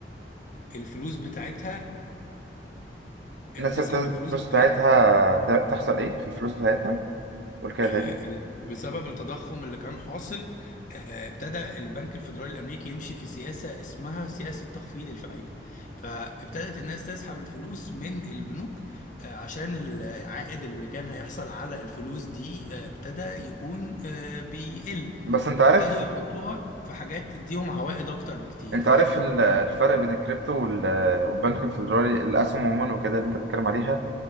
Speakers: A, on the left (about 45°); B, on the right (about 80°).
A: الفلوس بتاعتها
B: ابتدت
A: تسحب الفلوس
B: الفلوس
A: بتاعتها
B: بتاعتها ت- تحصل ايه في الفلوس بتاعتها قول كده
A: آه،
B: تاني
A: ال- بسبب التضخم اللي كان حاصل آه، ابتدى البنك الفيدرالي الامريكي يمشي في سياسه اسمها سياسه تخفيض الفائده فابتدت الناس تسحب الفلوس من البنوك آه، عشان العائد اللي كان هيحصل على الفلوس دي آه، ابتدى يكون آه، بيقل
B: بس انت
A: فابتدوا
B: عارف
A: يحطوها في حاجات تديهم عوائد اكتر بكتير
B: انت
A: فاهم
B: عارف ال- الفرق بين الكريبتو وال- والبنك الفيدرالي الاسهم عموما وكده اللي انت بتتكلم عليها